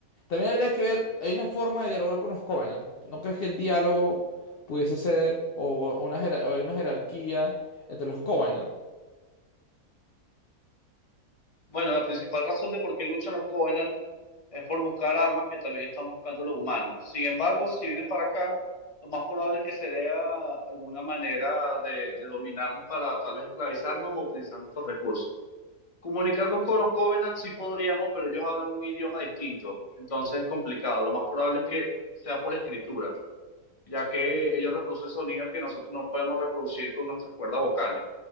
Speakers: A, on the left; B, on the left.
A: También habría que ver, hay una forma de dialogar con los Covenant. ¿No crees que el diálogo pudiese ser o una, jerar- o una jerarquía entre los Covenant?
B: Bueno, la principal razón de por qué luchan los Covenant es por buscar armas que también están buscando los humanos. Sin embargo, si vienen para acá, lo más probable es que se vea alguna manera de, de dominarnos para tal vez esclavizarnos o utilizar nuestros recursos. Comunicarnos con los Covenant sí podríamos, pero ellos hablan un idioma distinto, entonces es complicado. Lo más probable es que sea por escritura, ya que ellos reproducen sonidos que nosotros no podemos reproducir con nuestras cuerdas vocales